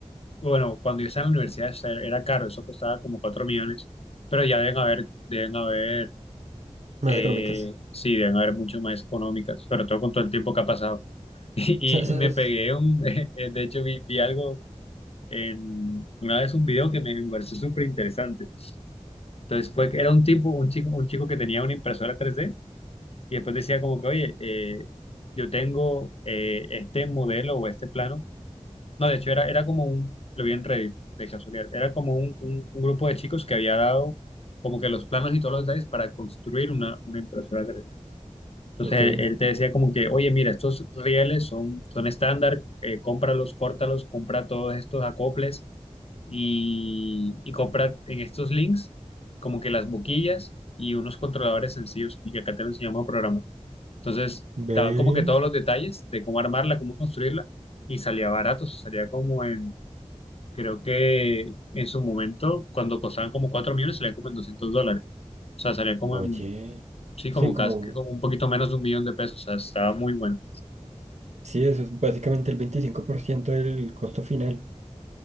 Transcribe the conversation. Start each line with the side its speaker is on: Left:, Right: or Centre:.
Left: Bueno, cuando yo estaba en la universidad esa- era era caro, eso costaba como 4 millones, pero ya deben haber, deben haber,
Right: Más
Left: eh,
Right: económicas.
Left: sí, deben haber mucho más económicas, sobre todo con todo el tiempo que ha pasado. <laughs> Y,
Right: <laughs> Sa- ¿Sabes?
Left: y me pegué un, <laughs> eh, de hecho vi, vi algo en, una vez un video que me, me pareció súper interesante. Entonces fue que era un tipo, un chico, un chico que tenía una impresora tres d y después decía como que, oye, eh, yo tengo eh, este modelo o este plano No, de hecho era, era como un, lo vi en Reddit de casualidad, era como un, un- un grupo de chicos que había dado como que los planos y todos los detalles para construir una, una impresora 3D. Entonces
Right: Ok.
Left: él, él te decía como que, oye, mira, estos rieles son, son estándar, eh, cómpralos, córtalos, compra todos estos acoples y, y compra en estos links como que las boquillas y unos controladores sencillos y que acá te lo enseñamos a programar. Entonces,
Right: Ve.
Left: estaban como que todos los detalles de cómo armarla, cómo construirla y salía barato, o sea, salía como en Creo que en su momento, cuando costaban como 4 millones, salían como en 200 dólares. O sea, salía como
Right: Oye.
Left: en, sí, como
Right: Sí, como...
Left: casi, que como un poquito menos de un millón de pesos. O sea, estaba muy bueno.
Right: Sí, eso es básicamente el 25% del costo final.